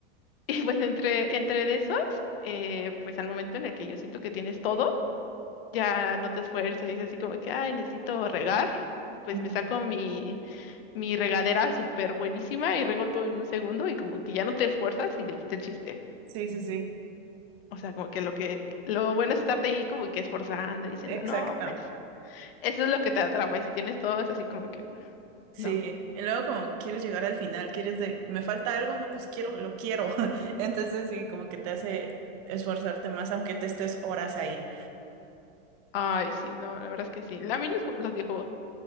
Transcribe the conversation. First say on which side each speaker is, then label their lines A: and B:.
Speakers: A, on the left; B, on the right.
A: <laughs> y pues entre, entre de esos, eh, pues al momento en el que yo siento que tienes todo, ya no te esfuerzas y es así como que, ay, necesito regar, pues
B: Ujú.
A: me saco mi mi regadera súper buenísima y rego todo en un segundo y como que ya no te esfuerzas y le quita el chiste.
B: Sí, sí, sí.
A: O sea, como que lo que, lo bueno es estarte ahí como que esforzando, diciendo,
B: Exacto.
A: no, pues, eso es lo que te atrapa. Y si tienes todo, es así como que,
B: Sí,
A: no.
B: y luego como quieres llegar al final, quieres de, me falta algo, no, pues quiero, lo quiero. <laughs> Entonces sí, como que te hace esforzarte más, aunque te estés horas ahí.
A: Ay, sí, no, la verdad es que sí. La- A mí los, ju- los videojuegos,